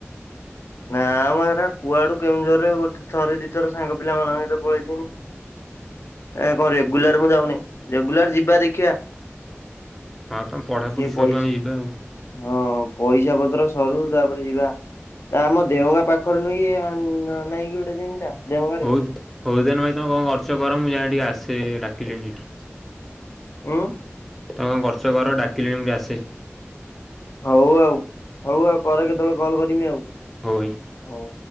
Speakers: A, on the left (about 65°); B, in the centre.
A: ନାଁ ମ ହେରା କୁଆଡୁ କେଉଁଝରରେ ଗୋଟେ ଥରେ ଦିଥର ସାଙ୍ଗ ପିଲା ମାନଙ୍କ ସହିତ ପଳେଇଥନି। ଏ କଣ ରେଗୁଲାର ମୁଁ ଯାଉନି। ରେଗୁଲାର ଯିବା ଦେଖିଆ।
B: ହଁ ତମ ପଢ଼ାପଢ଼ି ସରୁ
A: ପଇସା
B: ଆମେ ଯିବା ଆଉ।
A: ହଁ ପଇସା ପତର ସରୁ ତାପରେ ଯିବା। ଆମ ଦେଓ ଗାଁ ପାଖରେ ନୁଁ ହେଁ କି ନାଇଁକି ଗୋଟେ ଜିମ୍ ଟା। ଦେଓଗାଁରେ।
B: ହଉ। ହଉ ଦେନ ଭାଇ ତମେ କଣ କରୁଚ କର ମୁଁ ଯାଏ ଟିକେ ଆସେ ଡାକିଲେଣି ଏଇଠି।
A: ଉଁ।
B: ତମେ କଣ କରୁଚ କର ଡାକିଲେଣି ମୁଁ ଟିକେ ଆସେ।
A: ହଉ ଆଉ। ହୋଉ ଆଉ ପରେ କେତେବେଳେ କଲ କରମି ଆଉ।
B: ହୋଉ ଭାଇ।
A: ହଉ।